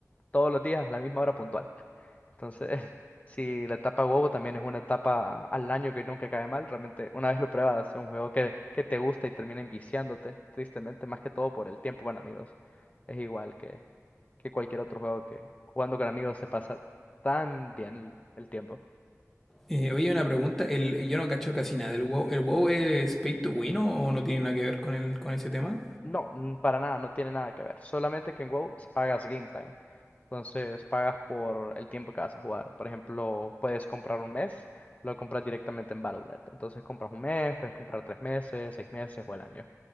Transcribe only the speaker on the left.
todos los días a la misma hora puntual. Entonces, <laughs> si la etapa huevo también es una etapa al año que nunca cae mal, realmente una vez lo pruebas, es un juego que, que te gusta y termina enviciándote, tristemente, más que todo por el tiempo con amigos. Es igual que, que cualquier otro juego que jugando con amigos se pasa tan bien el el tiempo.
No, mm, para nada, no tiene nada que ver. Solamente que en WoW pagas game time. Entonces pagas por el tiempo que vas a jugar. Por ejemplo, puedes comprar un mes, lo compras directamente en Battle.net. Entonces compras un mes, puedes comprar tres meses, seis meses o el año.